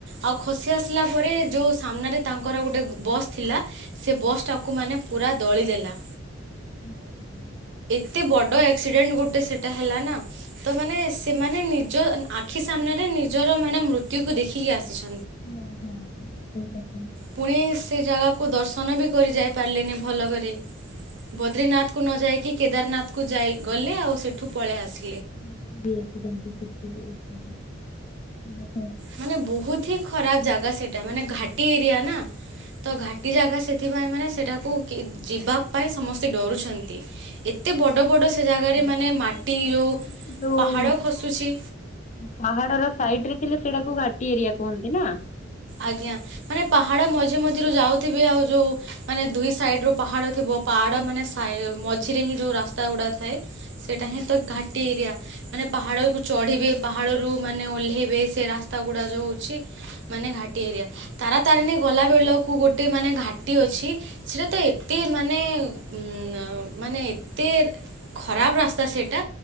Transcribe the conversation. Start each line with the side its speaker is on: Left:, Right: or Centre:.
Right: ଆଉ ଖସି ଆସିଲା ପରେ ଯୋଉ ସାମ୍ନାରେ ତାଙ୍କର ଗୋଟେ ବସ୍ ଥିଲା ସେ ବସ୍ ଟାକୁ ମାନେ ପୁରା ଦଳି ଦେଲା।
Left: <inaudible>
Right: ଏତେ ବଡ ଆକ୍ସିଡେଣ୍ଟ ଗୋଟେ ସେଟା ହେଲା ନା ତ ମାନେ ସେମାନେ ନିଜ ଆଖି ସାମ୍ନାରେ ନିଜର ମାନେ ମୃତ୍ୟୁ କୁ ଦେଖିକି ଆସିଛନ୍ତି।
Left: ଓ ହୋ ଠିକ ଅଛି।
Right: ପୁଣି ସେ ଜାଗାକୁ ଦର୍ଶନ ବି କରି ଯାଇ ପାରିଲେନି ଭଲ କରି ବଦ୍ରିନାଥ କୁ ନ ଯାଇକି କେଦାରନାଥ କୁ ଯାଇ ଗଲେ ଆଉ ସେଠୁ ପଳେଇ ଆସିଲେ।
Left: <unintelligible> <inaudible> ଆ।
Right: ମାନେ ବହୁତ ହି ଖରାପ ଜାଗା ସେଇଟା ମାନେ ଘାଟି ଏରିଆ ନା। ତ ଘାଟି ଜାଗା ସେଥିପାଇଁ ମାନେ ସେଟା ଯିବା ପାଇଁ ସମସ୍ତେ ଡରୁଛନ୍ତି ବଡ଼ ବଡ଼ ସେ ଜାଗାରେ
Left: ଘାଟି
Right: ମାନେ
Left: ଏରିଆ
Right: ମାଟି
Left: ସେଇଟା
Right: ଯୋଉ
Left: କହୁଛନ୍ତି ଯୋଉ
Right: ପାହାଡ଼ ଖସୁଛି
Left: ପାହାଡର ସାଇଡରେ ଥିଲେ ସେଇଟାକୁ ଘାଟି ଘାଟି ଏରିଆ କୁହନ୍ତି ନା।
Right: ଆଜ୍ଞା ମାନେ ପାହାଡ ମଝି ମଝିରୁ ଯାଉଥିବେ ଆଉ ଯୋଉ ମାନେ ଦୁଇ ସାଇଡ ରୁ ପାହାଡ ଥିବ ପାହାଡ ମାନେ ମଝିରେ ହିଁ ଯୋଉ ରାସ୍ତା ଗୁଡା ଥାଏ ସେଇଟା
Left: ହୁଁ ହୁଁ
Right: ହିଁ ତ ଘାଟି
Left: ହୁଁ
Right: ଏରିଆ ମାନେ ପାହାଡକୁ ଚଢିବେ ପାହାଡରୁୁ ମାନେ ଓହ୍ଲେଇବେ ସେ ରାସ୍ତା ଗୁଡା ଯୋଉ ଅଛି। ମାନେ ଘାଟି ଏରିଆ ତାର ତାରିଣୀ ଗଲା ବେଳକୁ ଗୋଟେ ମାନେ ଘାଟି ଅଛି। ସେଟା ତ ଏତେ ମାନେ ଉଁ ମାନେ ଏତେ ଖରାପ ରାସ୍ତା ସେଇଟା।